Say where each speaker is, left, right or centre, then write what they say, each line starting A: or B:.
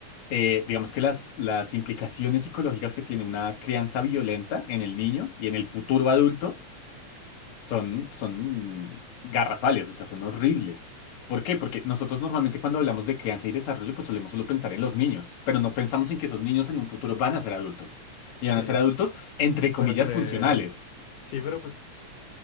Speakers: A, on the left; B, on the left.
A: eh, digamos que las, las implicaciones psicológicas que tiene una crianza violenta en el niño y en el futuro adulto son, son garrafales, o sea, son horribles. ¿Por qué? Porque nosotros normalmente cuando hablamos de crianza y desarrollo, pues solemos solo pensar en los niños, pero no pensamos en que esos niños en un futuro van a ser adultos. Y
B: sí.
A: van a ser adultos, entre comillas,
B: Van a tener,
A: funcionales.
B: sí, pero pues